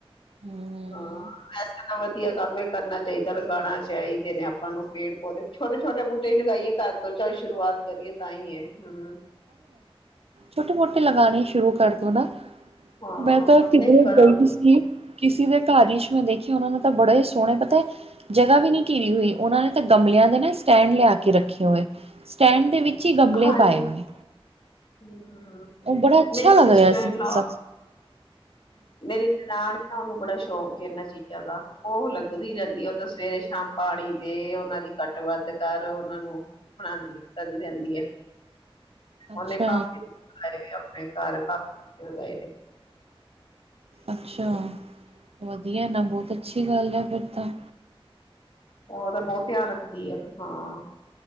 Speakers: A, on the right; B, on the left.
A: ਹੂੰ
B: ਹਾਂ ਵਧੀਆ ਕੰਮ ਏ, ਕਰਨਾ ਚਾਹੀਦਾ, ਲਗਾਉਣਾ ਚਾਹੀਦੇ ਨੇ ਆਪਾਂ ਨੂੰ ਪੇੜ ਪੌਦੇ ਛੋਟੇ ਛੋਟੇ ਬੂਟੇ ਹੀ ਲਗਾਈਏ- ਹਥੋ ਚਾਏ ਸ਼ੁਰੂਆਤ ਕਰੀਏ, ਤਾਂ ਹੀ ਹੈ, ਹੂੰ
A: ਛੋਟੇ ਮੋਟੇ ਲਗਾਣੇ ਸ਼ੁਰੂ ਕਰ ਦੋ ਨਾ।
B: ਹਾਂ
A: ਮੈਂ ਤਾਂ ਕਿਧਰ
B: ਨਹੀਂ ਕਰਾਂਗੇ
A: ਗਈ ਸੀ ਕਿਸੇ ਦੇ ਘਰ ਮੈਂ ਦੇਖਿਆ ਉਹਨਾਂ ਨੇ ਤਾਂ ਬੜਾ ਹੀ ਸੋਹਣੇ ਪਤਾ ਜਗਾ ਵੀ ਨਹੀਂ ਘਿਰੀ ਹੋਈ ਉਹਨਾਂ ਨੇ ਤਾਂ ਗਮਲਿਆਂ ਦੇ ਨਾ। ਸਟੈਂਡ ਲਿਆ ਕੇ ਰੱਖੇ ਹੋਏ ।ਸਟੈਂਡ ਦੇ ਵਿੱਚ ਹੀ ਗਮਲੇ
B: ਹਾਂਜੀ
A: ਪਾਏ ਹੋਏ।
B: ਹਮ
A: ਬੜੇ ਅੱਛਾ
B: ਮੇਰੀ ਸਿਸਟਰ
A: ਲੱਗ ਰਿਹਾ
B: ਇਨ
A: ਸੀ
B: ਲਾ
A: ਸ
B: ਮੇਰੀ ਨਨਾਣ ਔਨਾ ਨੂੰ ਬੜਾ ਸ਼ੌਂਕ ਇਹਨਾਂ ਚੀਜ਼ਾਂ ਦਾ, ਔ ਲੱਗਦੀ ਰਹਿੰਦੀ ਏ, ਔ ਤਾਂ ਸਵੇਰੇ ਸ਼ਾਮ ਪਾਣੀ ਦੇ, ਉਹਨਾਂ ਦੀ ਘੱਟ ਵੱਧ ਕਰ ਉਹਨਾਂ ਨੂੰ ਪੜਾਦੀ ਰਹਿੰਦੀ ਐ।
A: ਅੱਛਾ
B: ਔਨੇ ਕਾਫੀ ਲਗਾਏ ਹੋਏ ਆਪਣੇ ਘਰ, ਕਾਫੀ ਪੋਧੇ ਲਗਾਏ ਨੇ।
A: ਅੱਛਾ, ਵਧੀਆ ਇਹਨਾਂ ਬਹੁਤ ਅੱਛੀ ਗੱਲ ਐ, ਫਿਰ ਤਾਂ।
B: ਔ ਔਦਾ, ਬਹੁਤ ਧਿਆਨ ਰੱਖਦੀ ਐ, ਹਾਂ।